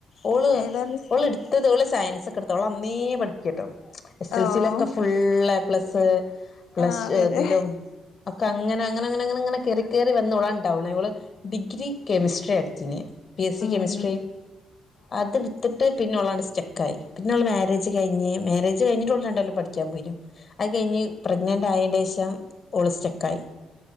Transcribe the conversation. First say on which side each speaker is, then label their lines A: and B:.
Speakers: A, on the left; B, on the left.
A: ഓള്
B: ഏതായിരുന്നു സ്
A: ഓള് എടുത്തത് ഓള് സയൻസ് ഒക്കെടുത്ത് ഓള് അന്നേ പഠിപ്പിയാട്ടോ എസ് എൽ
B: ഓഹ്
A: സിലൊക്കെ ഫുള്ളേപ്ലസ് പ്ലസ്
B: ആഹ് അതെ
A: ടു
B: അതെ
A: ഇതിലും അവ്ക്ക് അങ്ങനങ്ങനങ്ങനങ്ങനങ്ങനെ കേറി കേറി വന്നോളാണ്ടാ അവളിവള് ഡിഗ്രി കെമിസ്ട്രിയാ എടുത്തീനി ബി എസ് സി
B: ഉം
A: കെമിസ്ട്രി അതെടുത്ത് ട്ട് പിന്നോളങ്ങട്ട് സ്റ്റക്കായി പിന്നവള് മാരേജ് കയിഞ്ഞ് മാരേജ് കഴിഞ്ഞിട്ടു ഓള് രണ്ടു കൊല്ലം പഠിക്കാൻ പോയീനു അത് കഴിഞ്ഞ് പ്രഗ്നനന്റായെന്റെഷം ഓള് സ്റ്റക്കായി